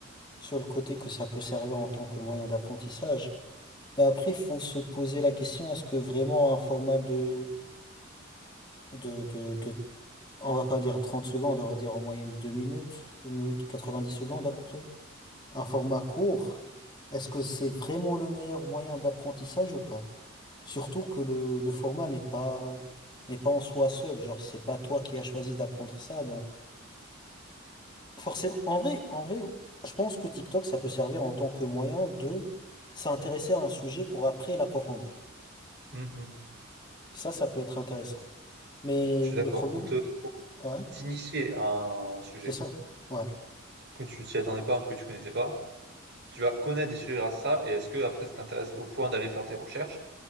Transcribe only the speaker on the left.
sur le côté que ça peut servir en tant que moyen d'apprentissage. Et après, il faut se poser la question, est-ce que vraiment un format de, de, de, de, on va pas dire 30 secondes, on va dire en moyenne 2 minutes, une minute 90 secondes à peu près, un format court, est-ce que c'est vraiment le meilleur moyen d'apprentissage ou pas? Surtout que le, le format n'est pas, n'est pas en soi seul, genre c'est pas toi qui as choisi d'apprendre ça, donc Forcément, en vrai, en vrai, je pense que TikTok, ça peut servir en tant que moyen de s'intéresser à un sujet pour après l'approfondir.
Ça, ça peut être intéressant. Mais
le problème,
ouais,
c'est ça. Ouais,